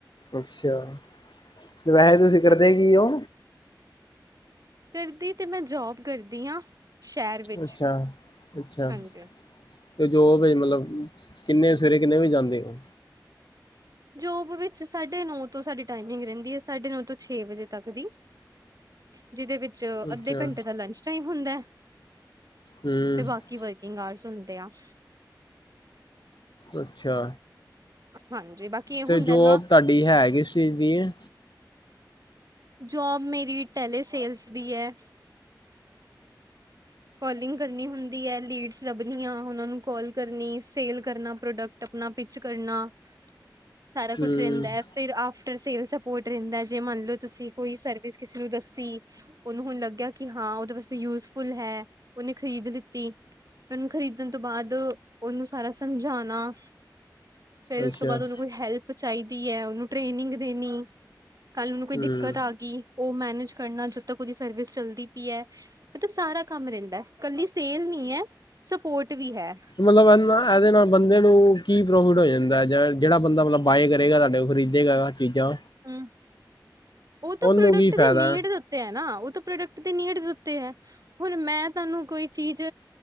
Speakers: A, on the left; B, on the right.
A: ਅੱਛਾ ਤੇ ਵੈਹੇ ਤੁਸੀਂ ਕਰਦੇ
B: ਹਾਂ
A: ਕੀ ਹੋ।
B: ਕਰਦੀ ਤੇ ਮੈਂ ਜੋਬ ਕਰਦੀ ਆਂ ਸ਼ਹਿਰ ਵਿੱਚ
A: ਅੱਛਾ-ਅੱਛਾ
B: ਹਾਂਜੀ।
A: ਤੇ ਜੋ ਵੇ ਮਤਲਬ ਕਿੰਨੇ ਸਵੇਰੇ ਕਿੰਨੇ ਵੀ ਜਾਂਦੇ ਹੋ।
B: ਜੋਬ ਵਿੱਚ ਸਾਢੇ ਨੌ ਤੋਂ ਸਾਡੀ ਟਾਈਮਿੰਗ ਰਹਿੰਦੀ ਹੈ ਸਾਢੇ ਨੌ ਤੋਂ ਛੇ ਵਜੇ ਤੱਕ ਦੀ। ਜਿਹਦੇ ਵਿੱਚ 'ਚ ਅੱਧੇ
A: ਅੱਛਾ
B: ਘੰਟੇ ਦਾ ਲੰਚ ਟਾਈਮ ਹੁੰਦਾ ਹੈ
A: ਹਮ
B: ਤੇ ਬਾਕੀ ਵ <inaudible>
A: ਅੱਛਾ
B: ਹਾਂਜੀ ਬਾਕੀ ਇਹ ਹੁੰਦਾ
A: ਤੇ ਜੋ
B: ਨਾ
A: ਤੁਹਾਡੀ ਹੈਗੀ ਇਸ ਚੀਜ਼ ਦੀ ਏ।
B: ਜੋਬ ਮੇਰੀ ਟੈਲੇ ਸੇਲਸ ਦੀ ਹੈ। ਕੋਲਿੰਗ ਕਰਨੀ ਹੁੰਦੀ ਹੈ ਲੀਡਸ ਲੱਭਣੀਆਂ ਉਹਨਾਂ ਨੂੰ ਕਾਲ ਕਰਨੀ ਸੇਲ ਕਰਨਾ ਪ੍ਰੋਡਕਟ ਟਪਣਾ ਪਿਚ ਕਰਨਾ ਸਾਰਾ ਕੁਛ
A: ਹਮ
B: ਰਹਿੰਦਾ। ਫਿਰ ਆਫਟਰ ਸੇਲ ਸਪੋਰਟ ਰਹਿੰਦਾ ਜੇ ਮੰਨ ਲਓ ਤੁਸੀਂ ਕੋਈ ਸਰਵਿਸ ਕਿਸੇ ਨੂੰ ਦੱਸੀ। ਓਨੂੰ ਹੁਣ ਲੱਗਿਆ ਕਿ ਹਾਂ ਓਹਦੇ ਵਾਸਤੇ ਯੂਜਫੁਲ ਹੈ ਓਹਨੇ ਖਰੀਦ ਲਿਤੀ। ਉਹਨੂੰ ਖਰੀਦਣ ਤੋਂ ਬਾਅਦ ਉਹਨੂੰ ਸਾਰਾ ਸਮਝਾਣਾ। ਫਿਰ ਉਸ
A: ਅੱਛਾ
B: ਤੋਂ ਬਾਅਦ ਉਹਨੂੰ ਕੋਈ ਹੈਲਪ ਚਾਹੀਦੀ ਹੈ ਉਹਨੂੰ ਟ੍ਰੇਨਿੰਗ ਦੇਣੀ। ਕੱਲ ਉਹਨੂੰ ਕੋਈ
A: ਹਮ
B: ਦਿੱਕਤ ਆ ਗਈ ਉਹ ਮੈਨੇਜ ਕਰਨਾ ਜਦ ਤੱਕ ਉਹਦੀ ਸਰਵਿਸ ਚਲਦੀ ਪਈ ਹੈ ਮਤਲਬ ਸਾਰਾ ਕੰਮ ਰਹਿੰਦਾ ਇਕੱਲੀ ਸੇਲ ਨੀ ਹੈ ਸਪੋਰਟ ਵੀ ਹੈ।
A: ਮਤਲਬ ਨਾ ਇਹਦੇ ਨਾਲ ਬੰਦੇ ਨੂੰ ਕੀ ਪ੍ਰੋਫਿਟ ਹੋ ਜਾਂਦਾ ਜਾ ਜਿਹੜਾ ਬੰਦਾ ਮਤਲਬ ਬਾਏ ਕਰੇਗਾ ਤੁਡੇ ਉਹ ਖਰੀਦੇਗਾ ਚੀਜ਼ਾਂ
B: ਹਮ ਉਹ ਤਾਂ
A: ਉਹਨੂੰ
B: ਪ੍ਰੋਡਕਟ
A: ਕੀ
B: ਦੀ
A: ਫਾਇਦਾ
B: ਨੀਡ ਹੈ ਨਾ ਉਹ ਤਾਂ ਪ੍ਰੋਡਕਟ ਦੀ ਨੀਡ ਉੱਤੇ ਹੈ ਹੁਣ ਮੈਂ ਤੁਹਾਨੂੰ ਕੋਈ ਚੀਜ਼